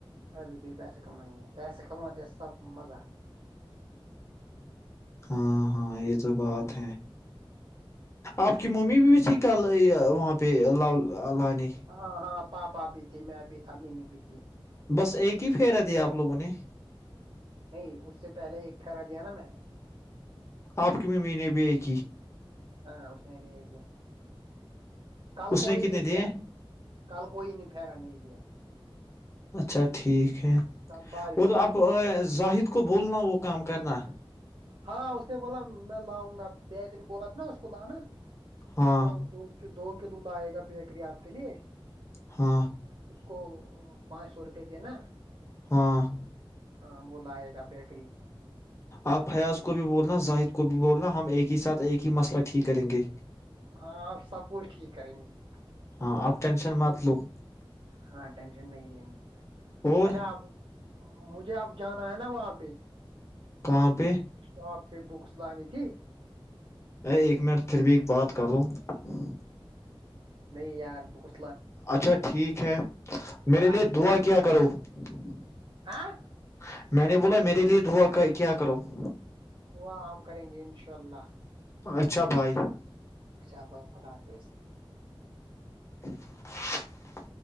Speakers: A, on the right (about 60°); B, on the left (about 30°).
A: ابھی بھی پیسے کمائیں گے پیسے کماتے ہیں سب مزہ
B: ہاں ہاں یہ تو بات ہے آپ کی ممی بھی سیکھ کل وہاں پہ لاؤ تالانی
A: ہاں ہاں پاپا بھی تھی میں بھی تھا ممی بھی تھی <inaudible>
B: بس ایک ہی پھیرا دیا آپ لوگوں نے <unintelligible>
A: نہیں اس سے پہلے ایک ٹھہرا دیا نا میں نے <unintelligible>
B: آپ کی ممی نے بھی ایک کی <unintelligible>
A: ہاں اس نے بھی یہ کہ <inaudible> کل
B: اس
A: کوئی
B: نے کتنے
A: نہیں
B: دیے
A: دیا کل کوئی نہیں پرا نہیں دیا <unintelligible>
B: اچھا ٹھیک ہے
A: کل بارش
B: اور
A: تھی نا
B: اب ظاہر <unintelligible> خ کو بولنا وہ کام کرنا <inaudible>
A: ہاں اس نے بولا میں لاؤں گا بیکری بولا تھا نا اس کو لانا <unintelligible>
B: ہاں
A: وہ دو کے دو <inaudible> کلو لائے گا بیکری آپ کے لیے <inaudible>
B: ہاں <inaudible>
A: اس کو پانچ سو روپئے دینا
B: ہاں <inaudible>
A: ہاں وہ لائے گا بکری
B: آپ حیا اس کو <inaudible> کو بھی بولنا زاہد کو بھی بولنا ہم ایک ہی ساتھ ایک ہی مسئلہ ٹھیک کریں گے
A: ہاں سب کچھ ٹھیک کریں گے <unintelligible>
B: ہاں آپ ٹینشن مت لو <unintelligible>
A: ہاں ٹینشن نہیں لیں گی
B: اور
A: اچھا <unintelligible> مجھے اب جانا ہے نا وہاں پہ <unintelligible>
B: کہاں پہ
A: اچھا آپ <inaudible> پ بکس لانانی تھی <unintelligible>
B: ا ایک منٹ پھر بھی بات کر لا <unintelligible>
A: نہیں یار بک <unintelligible>
B: اچھا ٹھیک ہے میرے
A: پڑھائی
B: لیے دعا
A: کرنی ہے
B: کیا
A: نا
B: کرو <unintelligible>
A: ہاں
B: میں نے بولا میرے لیے دھوا کا <inaudible> کیا کرو <inaudible>
A: دعا ہم کریں گے انشاء اللہ <inaudible>
B: اچھا بھائی <unintelligible>
A: اچھا بائے خدا حافظ <unintelligible>
B: <inaudible>